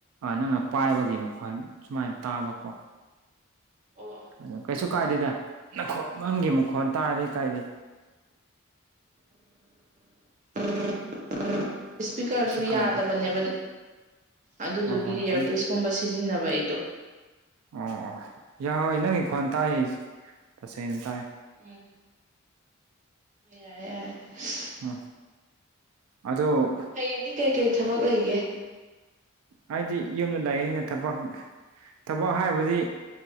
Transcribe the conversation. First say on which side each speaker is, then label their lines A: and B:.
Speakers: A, on the right; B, on the right.
A: ꯅꯪꯅ ꯄꯥꯏꯕꯒꯤ ꯃꯈꯣꯟ ꯁꯨꯃꯥꯏꯅ ꯇꯥꯕꯀꯣ
B: ꯑꯣ
A: ꯑꯗꯨ ꯀꯩꯁꯨ ꯀꯥꯏꯗꯦꯗ ꯅꯪ ꯅꯪꯒꯤ ꯃꯈꯨꯛ ꯈꯣꯟ ꯇꯥꯔꯗꯤ ꯀꯥꯏꯗꯦ
B: ꯎꯝ ꯏꯁꯄꯤꯀꯔꯁꯨ
A: ꯀꯩꯁꯨ ꯀꯥꯏꯗꯦ
B: ꯌꯥꯗꯕꯅꯦꯕ ꯑꯗꯨꯗꯨꯒꯤ
A: ꯑꯣ
B: ꯏꯌꯥꯔꯄꯤꯁꯀꯨꯝꯕ
A: ꯑꯗꯨ
B: ꯁꯤꯖꯤꯟꯅꯕ ꯑꯩꯗꯣ
A: ꯑꯣ ꯑꯣ ꯌꯥꯎꯍꯣꯏ ꯅꯪꯒꯤ ꯈ꯭ꯋꯥꯣꯟ ꯇꯥꯏ ꯇꯁꯦꯡꯅ ꯇꯥꯏ
B: ꯎꯝ ꯌꯥꯔꯦ ꯌꯥꯔꯦ ꯎ <unintelligible>
A: ꯍ <unintelligible> ꯑꯗꯣ
B: ꯍꯌꯦꯡꯗꯤ ꯀꯩ ꯀꯩ ꯊꯕꯛ ꯂꯩꯒꯦ
A: ꯍꯥꯏꯗꯤ ꯌꯨꯝꯗ ꯂꯩꯅꯤꯅ ꯊꯕꯛ ꯊꯕꯛ ꯍꯥꯏꯕꯗꯤ